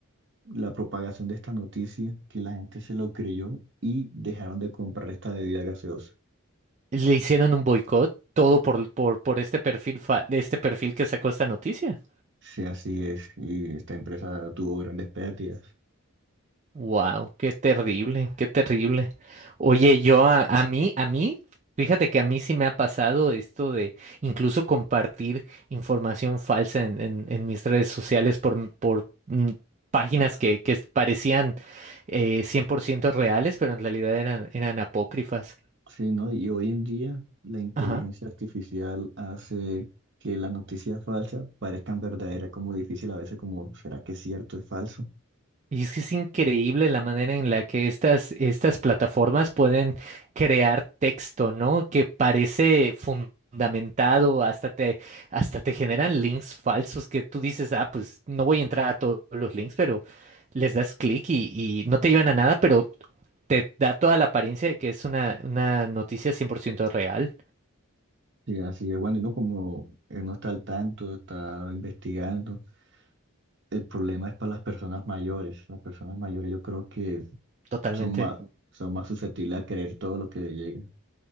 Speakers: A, on the right; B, on the right.
A: la propagación de esta noticia que la gente se lo creyó y dejaron de comprar esta bebida gaseosa.
B: Le hicieron un boicot, todo por, por, por este perfil, fa- este perfil que sacó esta noticia.
A: Sí, así es, y esta empresa tuvo grandes pérdidas.
B: Wow, qué terrible, qué terrible. Oye, yo a, a mí, a mí, fíjate que a mí sí me ha pasado esto de incluso compartir información falsa en, en- en mis redes sociales por, m- por mm, páginas que, que parecían eh, 100% reales, pero en realidad eran, eran apócrifas.
A: Sí, ¿no? Y hoy en día la inteligencia
B: Ajá.
A: artificial hace que las noticias falsas parezcan verdaderas, como difícil a veces, como ¿será que es cierto, es falso?
B: Y es que es increíble la manera en la que estas, estas plataformas pueden crear texto, ¿no? Que parece fundamentado, hasta te, hasta te generan links falsos que tú dices, ah, pues no voy a entrar a todos los links, pero les das clic y, y no te llevan a nada, pero te da toda la apariencia de que es una, una noticia 100% real,
A: Sí, así es. Bueno, y uno como eh, no está al tanto, está investigando. El problema es para las personas mayores. Las personas mayores yo creo que
B: totalmente.
A: son más, son más susceptibles a creer todo lo que les llega.